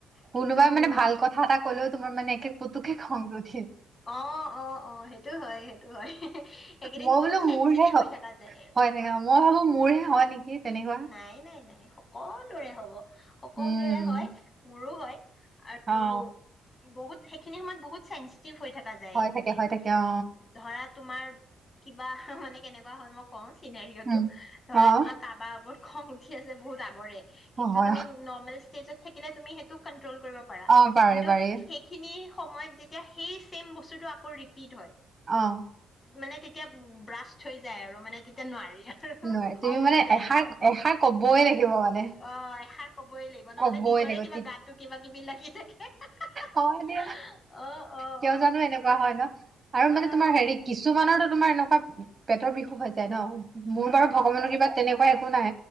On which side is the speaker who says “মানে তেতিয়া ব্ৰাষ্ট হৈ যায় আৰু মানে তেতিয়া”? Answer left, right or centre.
Left